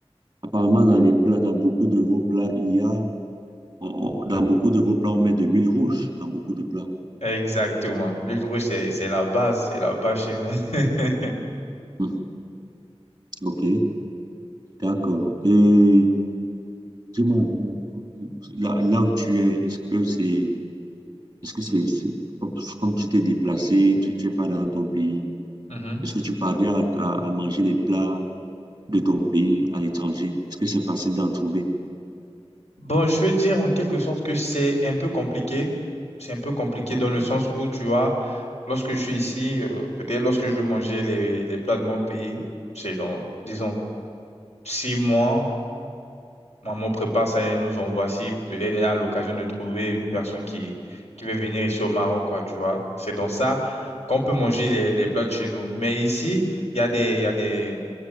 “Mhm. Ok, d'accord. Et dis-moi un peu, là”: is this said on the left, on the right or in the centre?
Right